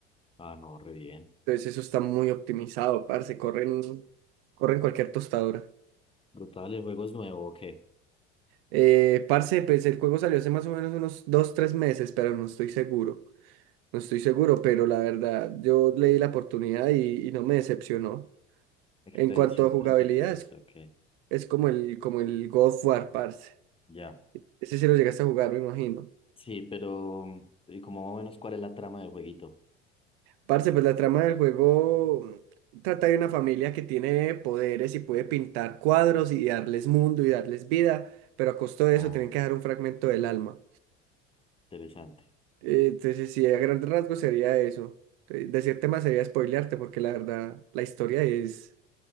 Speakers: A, on the left (about 15°); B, on the right (about 55°).
A: Ah, no, re bien.
B: Entonces, eso está muy optimizado, parce. Corren, corren cualquier tostadora.
A: Brutal, el juego es nuevo, ok.
B: Eh, parce, pues el juego salió hace más o menos unos 2 3 meses, pero no estoy seguro. No estoy seguro, pero la verdad, yo le di la oportunidad y, y no me decepcionó.
A: Expedición
B: En cuanto a jugabilidad,
A: treinta y tres,
B: es,
A: ok.
B: es como el, como el God of War, parce.
A: Ya.
B: Ese sí lo llegaste a jugar, me imagino.
A: Sí, pero, mm, ¿y como más o menos cuál es la trama del jueguito?
B: Parce, pues la trama del juego trata de una familia que tiene poderes y puede pintar cuadros y darles mundo y darles vida, pero a costo de
A: Oh,
B: eso tienen que dejar un fragmento del alma.
A: interesante.
B: Eh, Entonces, sí, a grandes rasgos sería eso. Eh, Decirte más sería spoilearte, porque la verdad, la historia es